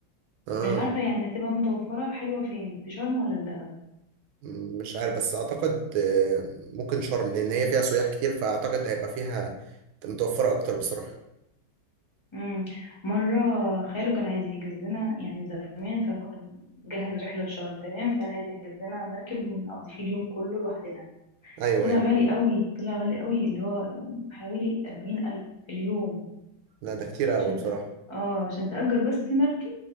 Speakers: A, on the right; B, on the left.
A: اه
B: مش عارفة يعني هتبقى متوفرة حلوة فين في شرم ولا في دهب
A: م- مش عارف بس اعتقد آه، ممكن شرم لان هي فيها سياح كتير فاعتقد هيبقى فيها متوفرة اكتر بصراحة
B: امم مرة خاله كان عايز يحجز لنا يعني زمان فكنا بنجهز رحلة لشرم تمام فكان عايز يحجز لنا مركب نقضي فيه اليوم كله لوحدنا
A: ايوه
B: طلع
A: ايوه
B: غالي قوي طلع غالي قوي اللي هو حوالي أربعين ألف في اليوم
A: لا ده كتير قوي
B: عشان
A: بصراحة
B: ت... اه عشان تأجر بس المركب